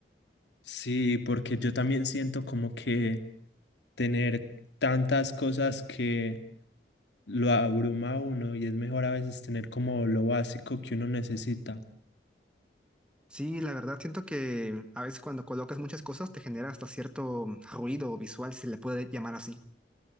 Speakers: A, on the left (about 75°); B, in the centre.
A: Sí, porque yo también siento como que tener tantas cosas que lo abruma a uno y es mejor a veces tener como lo básico que uno necesita.
B: Sí, la verdad, siento que a veces cuando colocas muchas cosas te genera hasta cierto ruido visual, si se le puede llamar así.